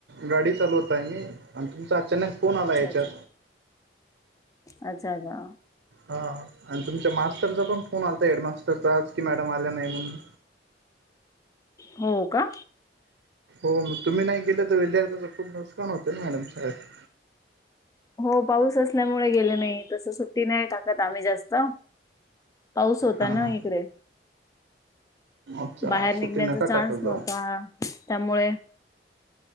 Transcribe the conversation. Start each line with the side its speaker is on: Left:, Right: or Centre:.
Right: गाडी चालूवत आहे मी आणि तुमचं अचानक फोन आला
Left: अच्छा
Right: याच्यात.
Left: अच्छा! अच्छा!
Right: हा आणि तुमच्या मास्तरचा पण फोन आलाता, हेडमास्टरचा आज की मॅडम आल्या नाही म्हणून
Left: हो का?
Right: हो म तुम्ही नाही गेले तर विद्यार्थ्याच खूप नुकसान होत ना मॅडम शाळेत
Left: हो पाऊस असल्यामुळे गेले नाही, तसं सुट्टी नाही टाकत आम्ही जास्त पाऊस होता
Right: हां
Left: ना इकडे
Right: अच्छा
Left: बाहेर निघण्याचा
Right: सुट्टी नका
Left: चान्स
Right: टाकत जाऊ
Left: नव्हता त्यामुळे